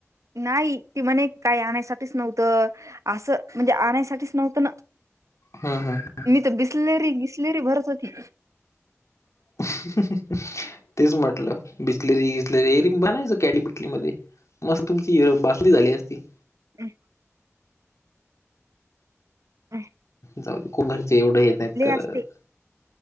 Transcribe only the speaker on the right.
नाही ते म्हणे काय आणायची ठीच नव्हत अस म्हणजे आणायसाठीच नव्हतं ना
मी तर बिसलेरी बिसलेरी भरत होती
हम् अ
असते